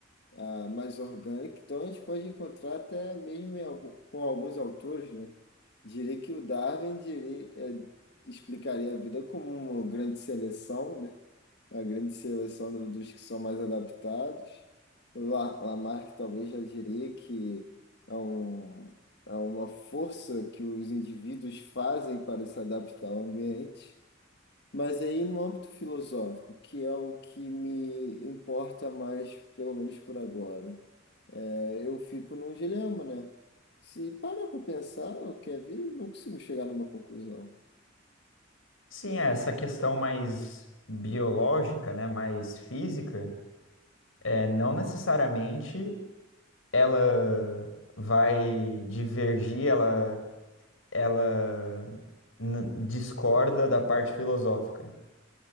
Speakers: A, on the left; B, on the left.
A: ah, mais orgânica, então a gente pode encontrar até mesmo em algum- com alguns autores, né? Diria que o Darwin diria, eh, explicaria a vida como uma grande seleção, né? A grande seleção do- dos que são mais adaptados. O La- Lamarck talvez já diria que é, um, é uma força que os indivíduos fazem para se adaptar ao ambiente. Mas aí no âmbito filosófico, que é o que me importa mais, pelo menos por agora. né? Eu fico num dilema, né? Se parar para pensar o que é vida, não consigo chegar numa conclusão.
B: Sim, é, essa questão mais biológica, né, mais física, é, não necessariamente ela vai divergir, ela, ela n- discorda da parte filosófica,